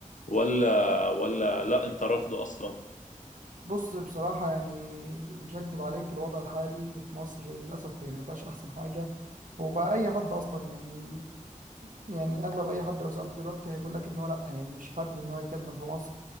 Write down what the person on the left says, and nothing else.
ولا ولا لا أنت رافضه أصلا